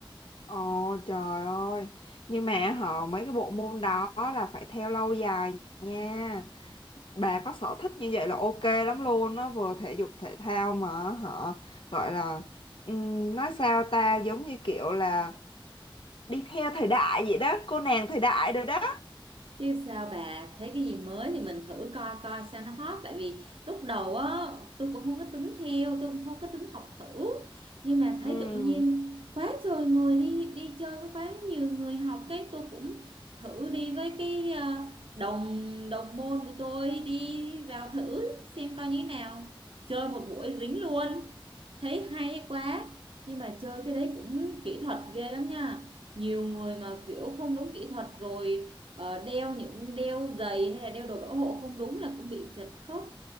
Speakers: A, on the left; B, on the right.
A: Ồ trời ơi. Nhưng mà họ mấy cái bộ môn đó là phải theo lâu dài nha. Bà có sở thích như vậy là ok lắm luôn. Nó vừa thể dục thể thao mà họ gọi là ừm, nói sao ta giống như kiểu là đi theo thời đại vậy đó, cô nàng thời đại rồi đó.
B: Chứ sao bà thấy cái gì mới thì mình thử coi coi sao nó hot tại vì lúc đầu á tôi cũng không có tính theo tôi cũng không có tính học thử nhưng mà
A: Ừ.
B: thấy tự nhiên quá trời người đi đi chơi có quá nhiều người học cái tôi cũng thử đi với cái ờ, đồng đồng môn của tôi đi vào thử xem coi như thế nào chơi một buổi dính luôn thấy hay quá nhưng mà chơi cái đấy cũng kỹ thuật ghê lắm nha nhiều người mà kiểu không đúng kỹ thuật rồi Ờ, đeo những đeo giày hay là đeo đồ bảo hộ không đúng là cũng bị chật khớp